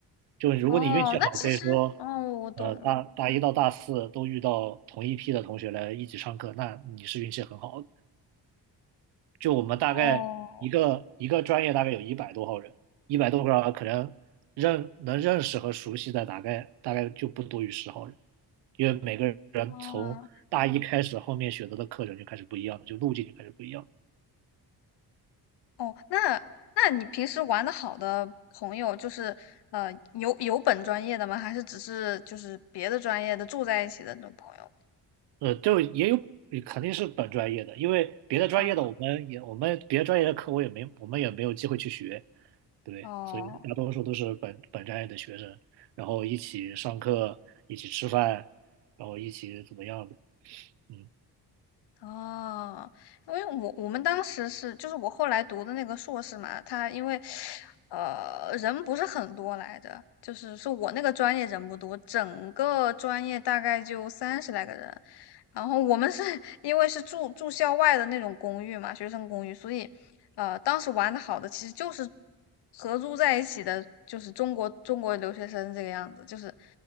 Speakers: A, on the right; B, on the left.
A: 就如果你运气好，
B: 哦，那其实，
A: 可以说，
B: 哦，我懂了。
A: 呃，大大一到大四都遇到同一批的同学来一起上课，那你是运气很好的就我们大概一个一个专业大概有一百多号人，
B: 哦，
A: 一百多个人可能认能认识和熟悉的大概大概就不多于十号人，因为每个人从大一开始后面选择的课程就开始不一样了，
B: 啊，
A: 就路径就开始不一样了
B: 哦，那那你平时玩的好的朋友，就是呃，有有本专业的吗？还是只是就是别的专业的住在一起的那种朋友？
A: 呃，就也有肯定是本专业的，因为别的专业的我们也我们别的专业的课我也没我们也没有机会去学，
B: 啊，
A: 对，
B: 哦。
A: 所以大多数都是本本专业的学生，然后一起上课，一起吃饭，然后一起怎么样的，嗯，
B: 哦，因为我我们当时是，就是我后来读的那个硕士嘛，他因为，呃，人不是很多来着，就是是我那个专业人不多，整个专业大概就三十来个人，然后我们是 <laughs> 因为是住住校外的那种公寓嘛，学生公寓，所以，呃，当时玩的好的其实就是合租在一起的，就是中国中国留学生这个样子，就是，